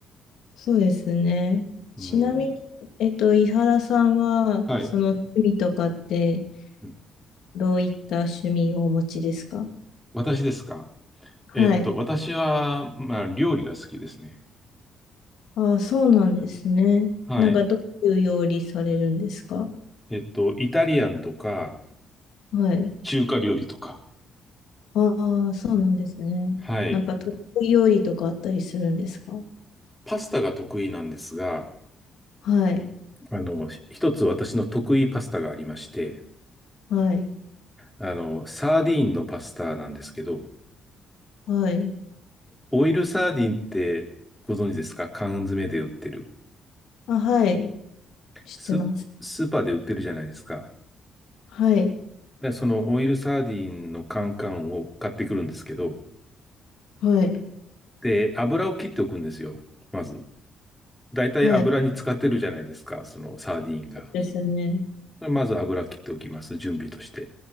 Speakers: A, on the left (about 80°); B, in the centre.
A: そうですね。
B: うん。
A: ちなみに、えっと、井原さんは、
B: はい。
A: その趣味とかって、
B: うん
A: どういった趣味をお持ちですか
B: 私ですか。
A: はい。
B: えっと、私は、まあ、料理が好きですね。
A: ああ、そうなんですね。
B: はい。
A: なんか、どういう料理されるんですか
B: えっと、イタリアンとか、
A: はい。
B: 中華料理とか。
A: ああ、そうなんですね。
B: はい。
A: なんか、得意料理とかあったりするんですか
B: パスタが得意なんですが、
A: はい。
B: あの、ひ一つ私の得意パスタがありまして、
A: はい。
B: あの、サーディーンのパスタなんですけど、
A: はい。
B: オイルサーディンってご存知ですか缶詰で売ってる。
A: あ、はい。知ってます。
B: ス、スーパーで売ってるじゃないですか。で
A: はい。
B: そのオイルサーディンの缶缶を買ってくるんですけど、
A: はい。
B: で、油を切っておくんですよ。まず。だいたい油に使ってるじゃないですか。
A: はい。そ
B: そのサーディンが。
A: うですね。
B: まず油切っておきます。準備として。